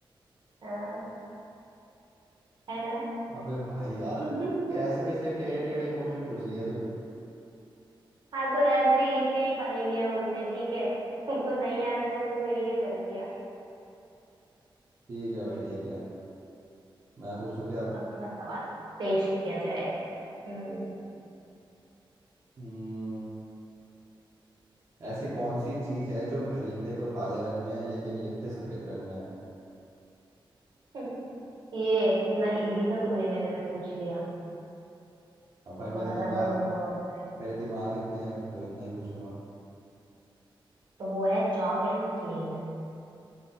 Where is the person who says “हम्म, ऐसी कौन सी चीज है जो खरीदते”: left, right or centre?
Right